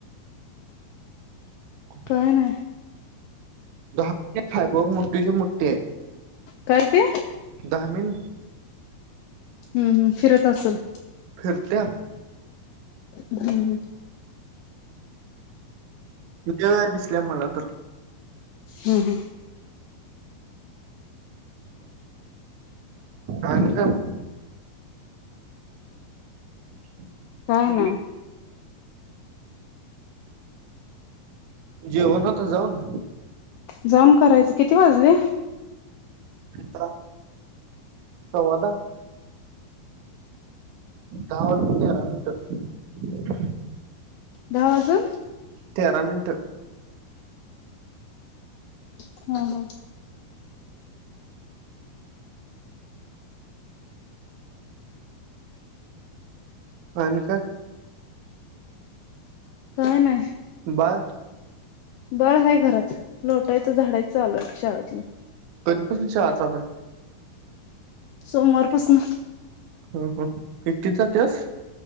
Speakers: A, on the right (about 80°); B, on the left (about 85°).
A: <inaudible>
B: काय नाही
A: दहा हाय बघ मोठीची मोठी हाय.
B: काय ते?
A: धामीन
B: हम्म हम्म फिरत असेल.
A: फिरत्या
B: हम्म हम्म.
A: किती वेळा दिसल्या मला तर.
B: हम्म, हम्म.
A: आणि काय मग? <inaudible>
B: काय नाही
A: जेवन अता जाऊन?
B: जाम करायचं. किती वाजले?
A: दहा, सव्वा-दहा, दहा वाजून तेरा मिनिटं
B: दहा वाजून
A: तेरा मिनिट.
B: हं, हं
A: आणि काय
B: काय नाही
A: बाळ
B: बाळ आहे घरात. लोटायचं, झाडायचं आलू आहे की शाळातलं.
A: कधीपासून शाळा चालू हाय?
B: सोमवारपासनं
A: हो हो एकटीच जातियास.